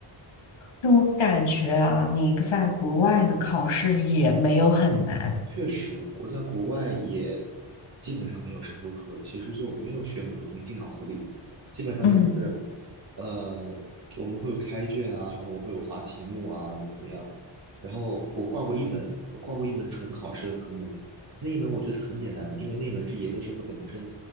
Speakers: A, on the left; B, on the right.
A: 就我感觉啊，你在国外的考试也没有很难。
B: 确实，我在国外也基本上没有上过课，其实就没有学很多东西进脑子里，基本上都是，
A: 嗯
B: 呃，我们会有开卷啊，然后我会有划题目啊，怎么怎么样，然后我挂过一门，我挂过一门纯考试的科目，那一门我觉得是很简单的，因为那一门是研究生和本科生